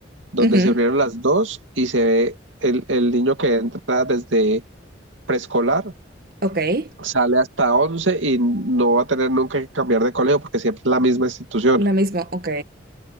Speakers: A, on the right (about 90°); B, on the right (about 50°).
A: donde
B: ujú,
A: se unieron las dos y se ve el, el niño que entra desde preescolar
B: ok.
A: sale hasta 11 y no va a tener nunca que cambiar de colegio porque siempre es la misma institución.
B: La misma, ok.